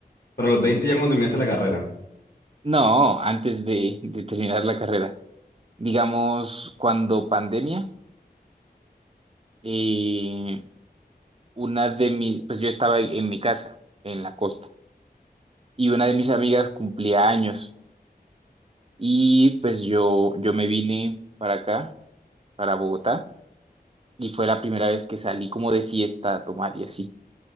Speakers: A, on the left (about 65°); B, on the right (about 35°).
A: a los veinte ya cuando terminaste la carrera.
B: No, antes de, de terminar la carrera. Digamos, cuando pandemia, eh, una de mis, pues yo estaba en mi casa, en la costa, y una de mis amigas cumplía años y pues yo, yo me vine para acá, para Bogotá, y fue la primera vez que salí como de fiesta a tomar y así.